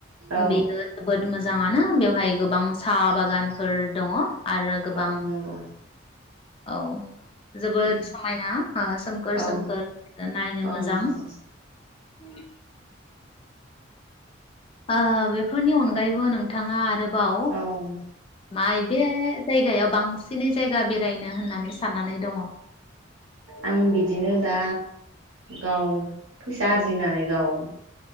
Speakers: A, on the right; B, on the left.
A: औ
B: बेयो जोबोद मोजांङानो बेवहाय गोबां साहा बागानफोर दंङ' । आरो गोबां
A: औ नंगौ
B: औ । जोबोद
A: उम
B: समायना ओ सोम सोमखोर-सोमखोर
A: औ
B: नायनो
A: औ
B: मोजां
A: नंगौ
B: । ओ बेफोरनि अनगायैबो नोंथांङा आरोबाव
A: औ
B: माइ बे जायगायाव बांसिनै जायगा बेरायनो होननानै साननानै दंङ' ।
A: आं बिदिनो दा गाव फैसा आरजिनानै गाव